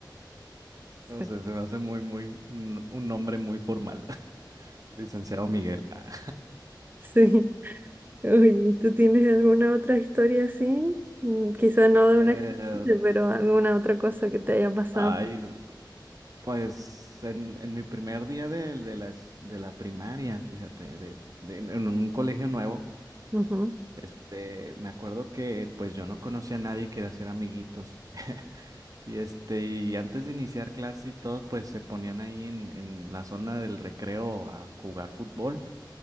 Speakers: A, on the right; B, on the right.
A: No
B: Sí.
A: sé, se me hace muy, muy, un, un nombre muy formal. <laughs> Licenciado Miguel. Ah.
B: Sí. Oye, ¿tú tienes alguna otra historia así? Mm, Quizá no de una
A: Eh,
B: accidente, pero alguna otra cosa que te haya pasado.
A: ay, pues en, en mi primer día de, de las- de la primaria, fíjate, de, de- en un colegio nuevo,
B: Ujú,
A: este, me acuerdo que pues yo no conocía a nadie y quería hacer amiguitos. <laughs> Y este, y antes de iniciar clases y todo, pues se ponían ahí en, en la zona del recreo a jugar fútbol.